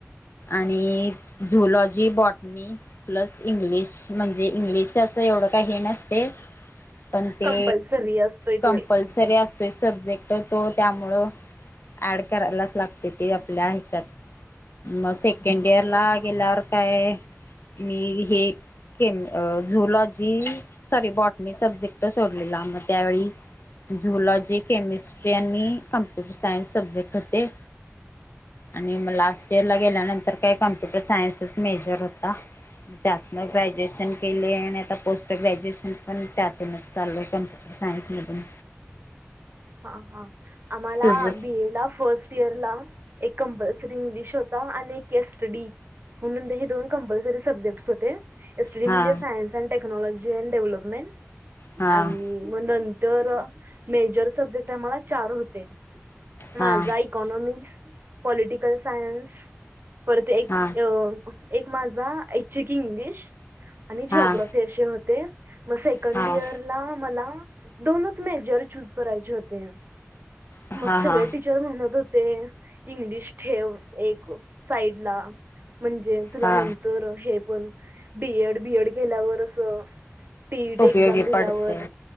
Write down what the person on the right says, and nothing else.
कंपल्सरी असतोय
तो एक
हा
हा
हा हा आम्हाला
बीए ला फर्स्ट इयरला एक कंपल्सरी इंग्लिश होता आणि एक केस स्टडी म्हणून ते हे दोन कंपल्सरी सब्जेक्टस होते. एसटीडी
म्हणजे science and technology and development
आणि मग तर मेजर सब्जेक्ट मला चार होते माझा
इकॉनॉमिक्स पॉलिटिकल सायन्स परत ते एक
ये एक माझा ऐच्छिक इंग्लिश आणि जिओग्रफी
असे होते. सेकड
इयरला मला दोनच मेजर चूज मॅनेज होतोया हो
मग सगळ्या
टीच र म्हणत होते इंग्लिश ठेव एक साईड ला म्हणजे तुला
नंतर हे पण बीएड बीएड केल्यावर अस टीईटी
एक्झाम दिल्यावर